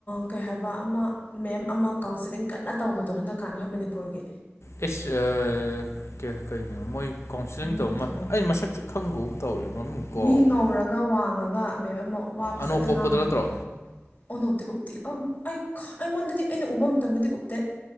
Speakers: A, on the left; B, on the left.
A: ꯀꯩ ꯍꯥꯏꯕ ꯑꯃ ꯃꯦꯝ ꯑꯃ ꯀꯥꯎꯟꯁꯤꯂꯤꯡ ꯀꯟꯅ ꯇꯧꯕꯗꯣ ꯍꯟꯗꯛꯀꯥꯟꯗ ꯑꯩꯈꯣꯏ ꯃꯅꯤꯄꯨꯔꯒꯤ
B: ꯑꯤꯁ ꯑ ꯀꯩ ꯀꯩ ꯀꯩꯅꯣ ꯃꯣꯏ ꯀꯥꯎꯟꯁꯤꯂꯤꯡ
A: ꯃꯃꯤꯡꯗꯨꯕꯨ
B: ꯇꯧ ꯑꯩ ꯃꯁꯛ ꯈꯪꯒꯨꯝ ꯇꯧꯔꯦ ꯃꯃꯤꯡ ꯀꯥꯎꯈꯔꯦ
A: ꯃꯤ ꯉꯧꯔꯒ ꯋꯥꯡꯉꯒ ꯃꯦꯝ ꯑꯃ ꯋꯥ ꯐꯖꯅ
B: ꯑꯅꯣꯀꯣꯞꯄꯗꯣ
A: ꯉꯥꯡꯕ
B: ꯅꯠꯇ꯭ꯔꯣ
A: ꯑꯣꯅꯣꯞ ꯇꯤ ꯎꯞꯇꯤ ꯑ ꯑꯩ ꯑꯩꯉꯣꯟꯗꯗꯤ ꯑꯩꯅ ꯎꯕ ꯃꯇꯝꯗꯗꯤ ꯎꯞꯇꯦ